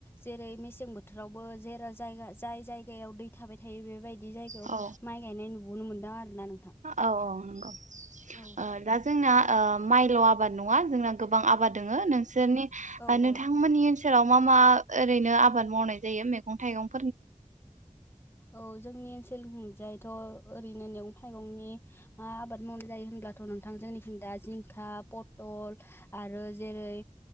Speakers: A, on the left; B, on the right.
A: जेरै मेसें बोथोरावबो जेर जायगा जाय जायगायाव दै थाबाय थायो बेबायदि दि जायगायाव
B: औ
A: माइ गायनाय नुनो मोनदों आरो ना नोंथां
B: औ औ नंगौ।
A: औ
B: ओ दा जोंङा ओ‌ माइ ल' आ- आबाद नङा जोंना गोबां आबाद दङ नोंसोरनि
A: औ
B: नोंथांमोननि
A: औ
B: ओनसोलाव मा मा ओरैनो आबाद- आबाद मावनाय जायो मैगं-थाइगं -
A: औ जोंनि ओनसो- लनि जायथ' ओरैनो मैगं थाइगंनि मा आबाद मावनाय जायो होनब्लाथ' नोंथां जोंनिथिं दा जिंखा, पथल, आरो जेरै